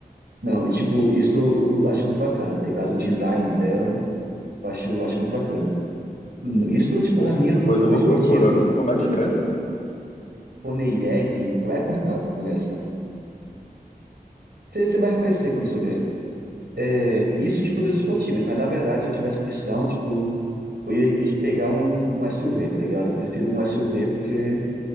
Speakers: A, on the right (about 80°); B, on the left (about 50°).
A: Não, e tipo, isso eu cu- acho muito bacana, tá ligado? O design dela, eu acho, acho muito bacana. Isso, tipo,
B: Bom,
A: na linha
B: depois
A: do,
B: eu
A: do
B: vou
A: esportivo.
B: procurar. Como é que escreve?
A: Koneyeg, é com K que começa. Você, você vai reconhecer quando você vê. É, isso, tipo, dos esportivos, mas na verdade, se eu tivesse opção, tipo, eu ia es- pegar um, um SUV, tá ligado? Eu prefiro um SUV porque,